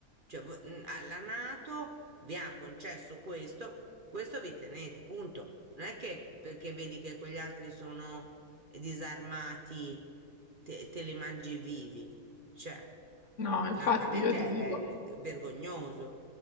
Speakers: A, on the right; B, on the left.
A: Cioè, vo- n- alla NATO vi ha concesso questo, questo vi tenete, punto. Non è che perché vedi che quegli altri sono disarmati, te, te li mangi vivi. Cioè,
B: No, infatti
A: francamente
B: io ti
A: è
B: dico,
A: vergognoso.